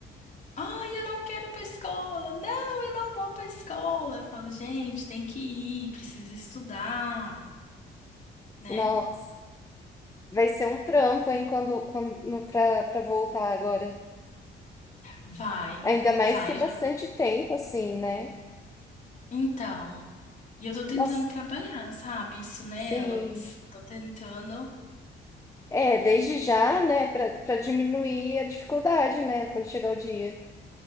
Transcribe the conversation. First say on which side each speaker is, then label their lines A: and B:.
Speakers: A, on the left; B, on the left.
A: Ai, eu não quero ir pra escola. Não, eu não vou pra escola. Eu falo, gente, tem que ir, precisa estudar, né?
B: Nossa, vai ser um trampo, hein, quando, quando no- pra, pra voltar agora.
A: Vai,
B: Ainda mais
A: vai.
B: que é bastante
A: Eu já tô-
B: tempo, assim, né?
A: Então, e eu tô tentando
B: Nossa,
A: trabalhar, sabe? Isso nela.
B: sim.
A: Tô tentando.
B: É, desde já, né, pra, pra diminuir a dificuldade, né, quando chegar o dia.